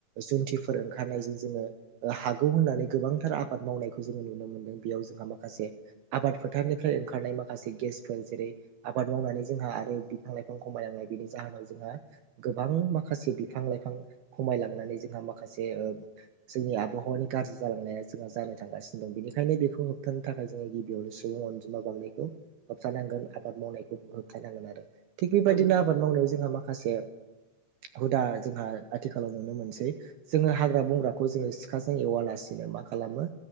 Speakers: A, on the right; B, on the right.
A: जुनथि फोर ओंखारनायजों जोङो ओ हागौ होन्नानै गोबांथार आबाद मावनायखौ जोङो नुनो मोनदों बेयाव जोंहा मा माखासे आबाद फोथारनिफ्राय ओंखारनाय माखासे गेसफोर जेरै आबाद मावनानै जोंहा आरो बिफां लाइ लाइफां खमाय लांनाय बेनि जाहोनाव जोंहा गोबां माखासे बिफां लाइफां खमायलांनानै जोंहा माखा माखासे ओ जोंनि आबहावानि गाज्रि जालांनाया जोंहा जानो थांगासिनो दं बेनिखायनो बेखौ होबथानो थाखाय जोङो गिबियावनो सुबुं अनजिमा बांनायखौ होबथानांगोन आबाद मावनायखौ होबथानांगोन आरो। थिग बेबायदिनो
B: औ नोंथां,
A: आबाद मावनायाव जोंहा माखासे
B: <inaudible>
A: हुदा जोंहा आथिखालाव नुनो मोनसै जोङो हाग्रा बंग्राखौ जोङो सिखाजों एवालासिनो माखा मखालामो